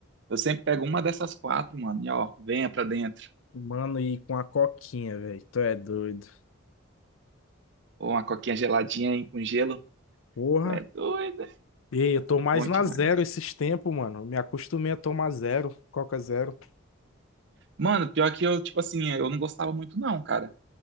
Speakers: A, on the right (about 60°); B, on the left (about 75°).
A: Eu sempre pego uma dessas quatro, mano, e ó, venha pra dentro.
B: Mano, e com a coquinha, velho, tu é doido.
A: Ou uma coquinha geladinha aí com gelo.
B: Porra.
A: Tu É doido, é
B: Ei, eu tô mais
A: bom
B: na
A: demais.
B: zero esses tempos, mano. Me acostumei a tomar zero, Coca zero.
A: Mano, pior que eu, tipo assim, eu não gostava muito não, cara.